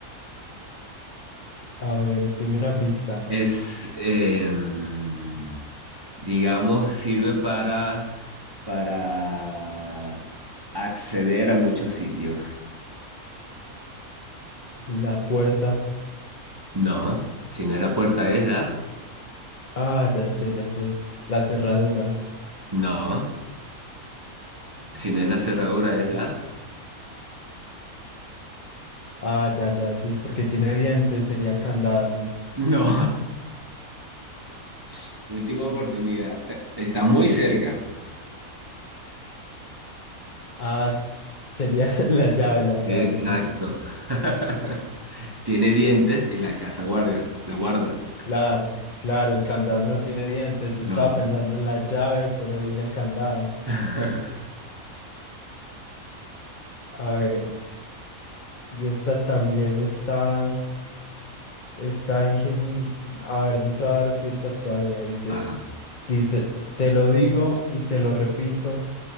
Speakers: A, on the left; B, on the right.
A: a ver, dime una pista.
B: es, em, digamos, sirve para, para acceder a muchos sitios.
A: La puerta.
B: No, si no es la puerta es la.
A: Ah, ya sé, ya sé. La cerradura.
B: No, si no es la cerradura es la.
A: Ah, ya, ya, sí, porque tiene dientes, sería el candado, ¿no?
B: No. <laughs> Última oportunidad. Está muy cerca.
A: Ah, s- sería <laughs> la llave, la llave,
B: Exacto.
A: sí.
B: <laughs> Tiene dientes y la casa guardia, la guarda.
A: Claro, claro, el candado no tiene dientes. Yo
B: No.
A: estaba pensando en la llave, pero dije el candado.
B: <laughs>
A: A ver, y esta también está, está ingen... A ver, no te voy a dar pistas todavía. Dice,
B: Ajá.
A: dice, te lo digo y te lo repito